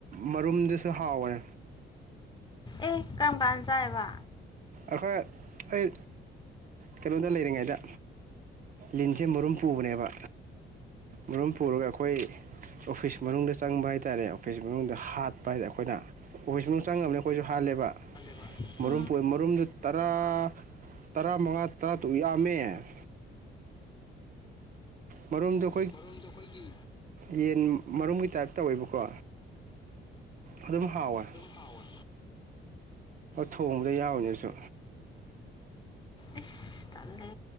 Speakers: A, on the right (about 45°); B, on the left (about 20°).
A: ꯃꯔꯨꯝꯗꯨꯁꯨ ꯍꯥꯎꯔꯦ
B: ꯑꯦ ꯀꯔꯝꯀꯥꯟ ꯆꯥꯏꯕ
A: ꯑꯈꯣꯏ ꯑꯩ ꯀꯩꯅꯣꯗ ꯂꯩꯔꯤꯉꯩꯗ ꯂꯤꯟꯁꯦ ꯃꯔꯨꯝ ꯄꯨꯕꯅꯦꯕ ꯃꯔꯨꯝ ꯄꯨꯔꯒ ꯑꯩꯈꯣꯏ ꯑꯣꯐꯤꯁ ꯃꯅꯨꯡꯗ ꯆꯪꯕ ꯍꯥꯏꯇꯥꯔꯦ ꯑꯣꯐꯤꯁ ꯃꯅꯨꯡꯗ ꯍꯥꯠꯄ ꯑꯩꯈꯣꯏꯅ ꯑꯣꯐꯤꯁ ꯃꯅꯨꯡ ꯆꯪꯉꯕꯅꯤꯅ ꯑꯩꯈꯣꯏꯁꯨ ꯍꯥꯜꯂꯦꯕ
B: ꯋꯥ <unintelligible>
A: ꯃꯔꯨꯝ ꯄꯨꯏꯌꯦ ꯃꯔꯨꯝꯗꯨ ꯇꯔꯥ ꯇꯔꯥ ꯃꯉꯥ ꯇꯔꯥ ꯇꯔꯨꯛ ꯌꯥꯝꯃꯦ ꯃꯔꯨꯝꯗꯨ
B: ꯃꯔꯨꯝꯗꯨ ꯑꯩꯈꯣꯏꯒꯤ
A: ꯌꯦꯟ ꯃꯔꯨꯝꯒꯤ ꯇꯥꯏꯞ ꯇꯧꯋꯦꯕꯀꯣ ꯑꯗꯨꯝ ꯍꯥꯎꯋꯦ
B: ꯍꯥꯎꯋꯦ
A: ꯊꯣꯡꯕꯗ ꯌꯥꯎꯔꯤꯅꯦ ꯑꯩꯁꯨ
B: ꯏ <unintelligible> ꯇꯜꯂꯦ